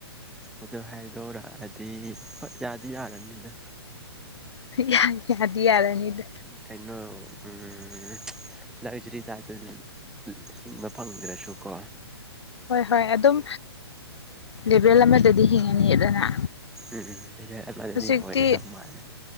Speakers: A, in the centre; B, on the left.
A: ꯑꯗꯣ ꯍꯥꯏꯗꯣꯔꯛꯑꯗꯤ ꯍꯣꯏ ꯌꯥꯗꯤ ꯌꯥꯔꯅꯤꯅ
B: ꯌꯥ ꯌꯥꯗꯤ ꯌꯥꯔꯅꯤꯗ
A: ꯀꯩꯅꯣ ꯎꯝ ꯂꯛꯖꯔꯤ ꯇꯥꯏꯄꯇ ꯍꯤꯡꯕ ꯐꯪꯗ꯭ꯔꯁꯨ ꯀꯣ
B: ꯍꯣꯏ ꯍꯣꯏ ꯑꯗꯨꯝ ꯂꯦꯚꯦꯜ ꯑꯃꯗꯗꯤ ꯍꯤꯡꯉꯅꯤꯗꯅ
A: ꯎꯝ ꯎꯝ ꯑꯗꯨ
B: ꯍꯧꯖꯤꯛꯇꯤ
A: ꯂꯦꯕꯦꯜ ꯑꯣꯏꯔꯗꯧ ꯃꯥꯜꯂꯦ